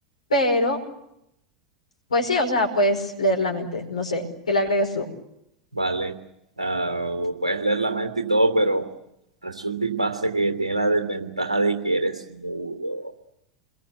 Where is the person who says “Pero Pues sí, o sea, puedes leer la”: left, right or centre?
Left